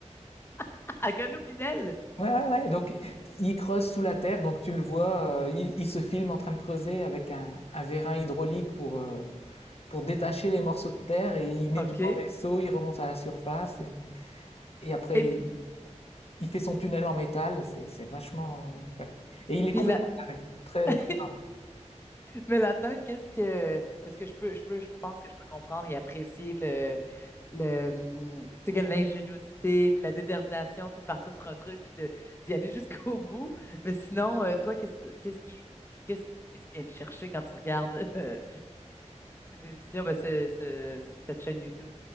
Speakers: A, on the left (about 20°); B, on the left (about 55°).
A: <laughs> à Gano Pinel.
B: Ouais, ouais, ouais. Donc, il creuse sous la terre, donc tu le vois, euh, il, il se filme en train de creuser avec un, un vérin hydraulique pour, euh, pour détacher les morceaux de terre et il met
A: OK.
B: tout dans des seaux, il remonte à la surface et, et après,
A: Et puis
B: il, il fait son tunnel en métal. C'est, c'est vachement. ouais. Et il est
A: puis
B: complètement
A: là.
B: carré. Très,
A: <laughs>
B: très rare.
A: Mais là-dedans, qu'est-ce que. Parce que je peux, je peux, je pense que je peux comprendre et apprécier le, le, hum, tu sais, que l'ingéniosité, puis la détermination, tu sais, de partir sur un truc, puis de, d'y aller <laughs> jusqu'au bout. Mais sinon, euh, toi, qu'est-ce, qu'est-ce qui, qu'est-ce, qu'est-ce qui vient te chercher quand tu regardes euh, ces émissions, ben, ce- ce- cette chaîne YouTube?